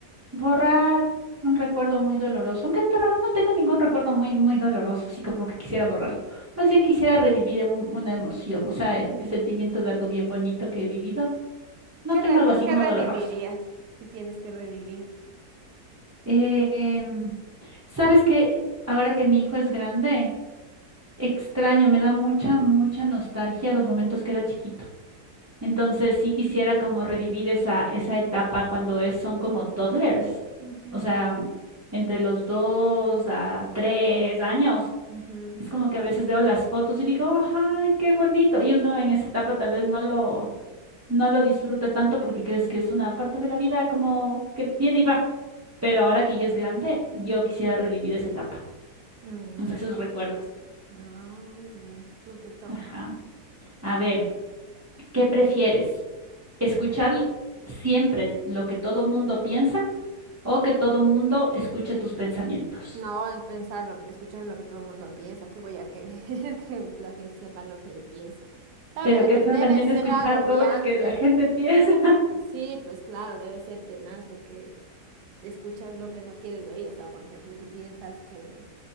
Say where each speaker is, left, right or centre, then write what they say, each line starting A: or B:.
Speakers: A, on the right (about 20°); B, on the right (about 85°).
A: borrar un recuerdo muy doloroso, aunque la verdad no tengo ningún recuerdo muy, muy doloroso, así como que quisiera borrarlo. Más bien quisiera revivir un- una emoción, o sea, el, el sentimiento de algo bien bonito que he vivido. No
B: ¿Qué
A: tengo
B: revi-
A: algo así
B: qué
A: como
B: revivirías
A: doloroso.
B: si tienes que revivir?
A: Eh, em, ¿sabes que Ahora que mi hijo es grande, extraño, me da mucha, mucha nostalgia los momentos que era chiquito. Entonces
B: Mm,
A: sí quisiera como revivir esa, esa etapa cuando es, son como toddlers.
B: ujú,
A: O sea, mm, entre los dos a tres años.
B: ujú,
A: Es como que a veces veo las fotos y digo, ¡ay, qué bonito! Y uno en esa etapa tal vez no lo, no lo disfruta tanto porque crees que es una parte de la vida como que viene y va. Pero ahora que ya es grande, yo quisiera revivir esa etapa.
B: mm.
A: O sea, esos recuerdos.
B: Ah, muy bien, tú te toca.
A: Ajá. A ver, ¿qué prefieres? escuchar siempre lo que todo mundo piensa o que todo mundo escuche tus pensamientos.
B: No, el pensar lo que, escuchar lo que todo el mundo piensa, ¿qué voy a querer <laughs> que la gente sepa lo que yo pienso. Claro
A: Pero
B: que debe,
A: qué feo
B: debe
A: también
B: ser
A: escuchar
B: agobiante.
A: todo lo que la gente piensa.
B: Sí, pues claro, debe ser tenaz porque escuchas lo que no quieres oír. O sea, por ejemplo, tú piensas que,